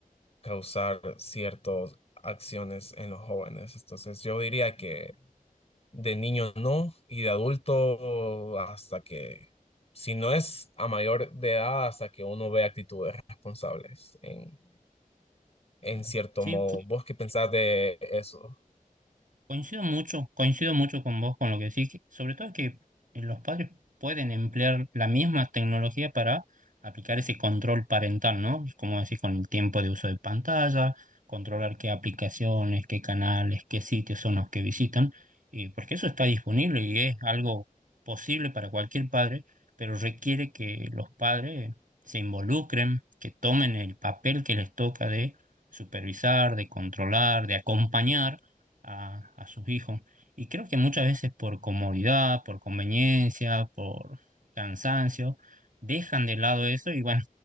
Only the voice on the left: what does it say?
causar ciertas acciones en los jóvenes. Entonces yo diría que de niño no y de adulto hasta que... Si no es a mayor de edad, hasta que uno ve actitudes responsables en, en
cierto
modo. ¿Vos qué pensás de eso?